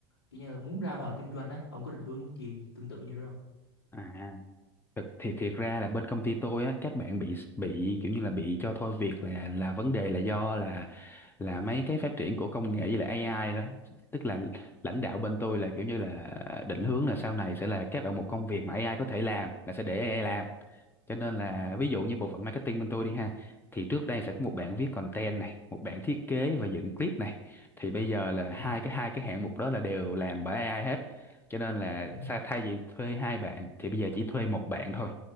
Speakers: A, on the left; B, on the left.
A: kiểu như là muốn ra ngoài kinh doanh á. Ông có định hướng gì tương tự như thế không?
B: à thực thì thiệt ra là bên công ty tôi á các bạn bị bị kiểu như là bị cho thôi việc là là vấn đề là do là là mấy cái phát triển của công nghệ với lại AI đó tức là lãnh đạo bên tôi là kiểu như là định hướng là sau này sẽ là các đầu mục công việc mà AI có thể làm là sẽ để AI làm cho nên
A: Ờ.
B: là ví dụ như bộ phận marketing bên tôi đi ha thì trước đây sẽ có một bạn viết content này một bạn thiết kế và dựng clip này thì bây giờ là
A: Ừ.
B: hai cái hai cái hạng mục đó là đều làm bởi AI hết cho nên là
A: Ừ.
B: sa- thay vì thuê hai bạn thì bây giờ chỉ thuê một bạn thôi